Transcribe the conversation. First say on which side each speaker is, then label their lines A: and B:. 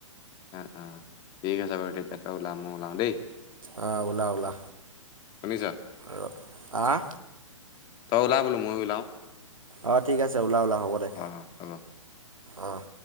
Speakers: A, on the left; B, on the right.
A: অ', অ', ঠিক আছে বাৰু তেতিয়া তই ওলাম মই ওলাওঁ দেই।
B: অঁ ওলা ওলা
A: শুনিছা।
B: ৰ- আহ।
A: তই ওলাব বোলো ময়ো ওলাও।
B: অ' ঠিক আছে ওলা ওলা হ'ব দে,
A: অ', হ'ব।
B: অ'।